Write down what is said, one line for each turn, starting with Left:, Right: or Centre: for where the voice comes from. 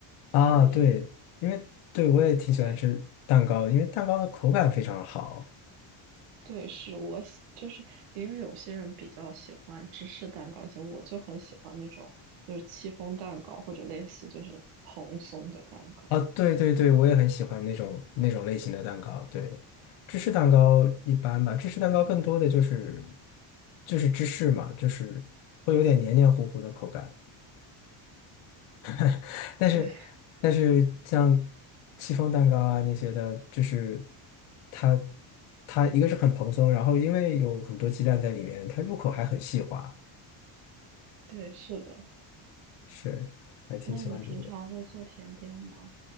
Left: 啊，
Right: 所以
Left: 对，因为对我也挺喜欢吃蛋糕的，
Right: 对。
Left: 因为蛋糕的口感非常好
Right: 对，是我喜，就是因为有些人比较喜欢芝士蛋糕，像我就很喜欢那种就是戚风蛋糕或者类似就是蓬松的蛋糕。
Left: 啊。对对对，我也很喜欢那种那种类型的蛋糕。对，芝士蛋糕一般吧，芝士蛋糕更多的就是就是芝士嘛，就是会有点黏黏糊糊的口感。<laughs> 但是但是像
Right: 对 <laughs>
Left: 戚风蛋糕啊那些的，就是它它一个是很蓬松，然后因为有很多鸡蛋在里面，它入口还很细滑，
Right: 对，是的。
Left: 是还挺喜欢这个。
Right: 那你平常会做甜点吗？